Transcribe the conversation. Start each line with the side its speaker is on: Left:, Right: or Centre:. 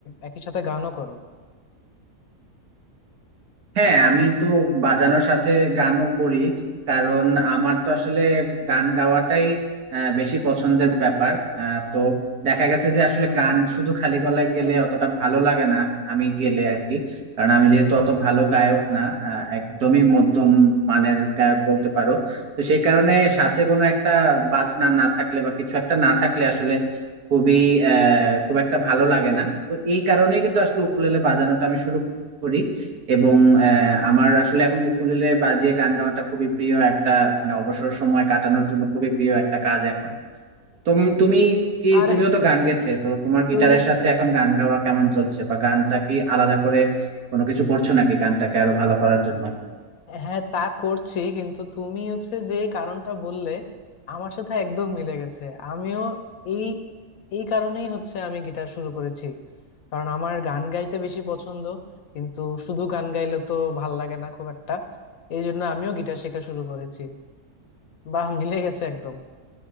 Left: একই সাথে গানও করো
Right: হ্যাঁ আমি তো বাজানোর সাথে গানও করি কারণ আমার তো আসলে গান গাওয়াটাই আহ, বেশি পছন্দের ব্যাপার আহ, তো দেখা গেছে
Left: আ-
Right: যে আসলে গান শুধু খালি গলায় গেলে অতটা ভালো লাগে না আমি গেলে আর কি কারণ আমি যেহেতু অত ভালো গায়ক না আহ, একদমই মধ্যম মানের গায়ক বলতে পারো তো সেই কারণে সাথে কোনো একটা বাজনা না থাকলে বা কিছু একটা না থাকলে আসলে খুবই আহ খুব একটা ভালো লাগে না তো এই কারণেই কিন্তু আসলে উকুলেলে বাজানোটা আমি শুরু করি এবং আহ, আমার আসলে এখন উকুলেলে বাজিয়ে গান গাওয়াটা খুবই প্রিয় একটা মানে অবসর সময় কাটানোর জন্য খুবই প্রিয় একটা কাজ এখন তো তুমি কি
Left: আরে
Right: তুমিও তো গান গেতে তো তোমার
Left: তুমি
Right: গিটারের সাথে এখন গান গাওয়া কেমন চলছে বা গানটা কি আলাদা করে কোনো কিছু করছো নাকি গানটাকে আরো ভালো করার জন্য
Left: হ্যাঁ তা করছি কিন্তু তুমি হচ্ছে যে কারণটা বললে আমার সাথে একদম মিলে গেছে আমিও এই এই কারণেই হচ্ছে আমি গিটার শুরু করেছি কারণ আমার গান গাইতে বেশি পছন্দ কিন্তু শুধু গান গাইলে তো ভাল লাগে না খুব একটা এই জন্য আমিও গিটার শেখা শুরু করেছি বাহ মিলে গেছে একদম